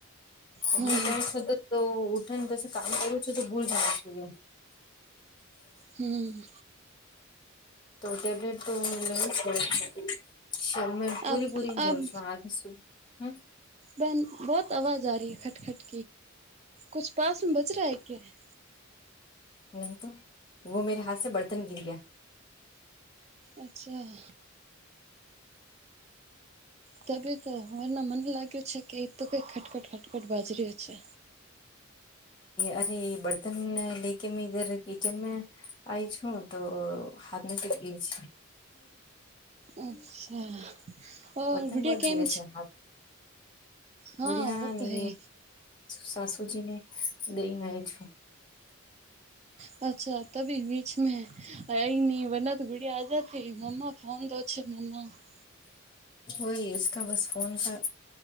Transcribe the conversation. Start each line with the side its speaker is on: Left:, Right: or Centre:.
Left: પંદર
Right: હમ
Left: દિવસ તો ઉઠીને પછી કામ કરું છું તો ભૂલ જાવ છે, એમ
Right: હમ્મ.
Left: તો ટેબલેટ તો લે પૂરે-પૂરી
Right: અબ
Left: લઉં
Right: અબ
Left: છું આજ શું, હમ્મ.
Right: બહેન, બહુત આવાજ આ રહી હૈ ખટખટ કુછ પાસમાં બચ રહા હૈ ક્યા?
Left: નહી, તો વો મેરે હાથ સે બર્તન ગિર ગયા.
Right: અચ્છા. તબ તો અરના મને લાગ્યું છે કે એ તો કઈ ખટખટ ખટકટ બાજરી છે.
Left: અરે બર્તન લે કે મે ધર કીચન મે આઈ છું, તો હાથમાં ગઈ છે.
Right: અચ્છા. ઓર
Left: બર્તન
Right: ગુડિયા
Left: બો ગીરે
Right: કેમ
Left: છે, હા
Right: હા
Left: ગુડિયા
Right: વો
Left: અને
Right: તો હૈ.
Left: શસુજીને દઈ લય છું.
Right: અચ્છા, તભી વી <unintelligible>
Left: હા, ઇસકા બસ ફોન કા